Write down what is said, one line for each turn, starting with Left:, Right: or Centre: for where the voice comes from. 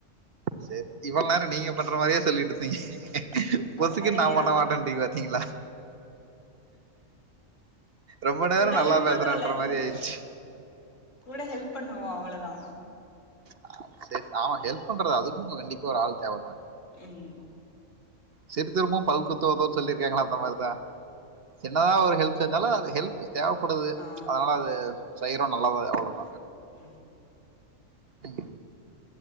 Right: சேர் இவ்ளோ நேரோ நீங்க பண்ற மாரியே சொல்லிட்டு இருந்தீங்க
Left: சொல்ல
Right: பொசுக்குன்
Left: வேண்டியதா
Right: நா பண்ண மாட்டேன்ட்டிங்க பாத்தீங்ளா ரொம்ப நேரோ
Left: கூட
Right: நல்லா
Left: ஹெல்ப்
Right: பேசுறேன்ற
Left: பண்ணுவோல்ல
Right: மாரி ஆய்டுச்சு
Left: கூட ஹெல்ப் பண்ணுவோ அவ்ளோதா
Right: ஆ சேர் ஆமா ஹெல்ப் பண்றது அதுக்கு கண்டிப்பா ஒரு ஆள் தேவதாங்க
Left: ம்
Right: சிறு திரும்பும் பல் குத்தவதோன் சொல்லிருக்காங்களா அந்த மார்தா சின்னதா ஒரு ஹெல்ப் செஞ்சாலு அது ஹெல்ப் ட்டு தேவப்படுது
Left: ஆ
Right: அதனால அத செய்யறோ நல்லது அவ்ளதா.
Left: ம்.
Right: ம்.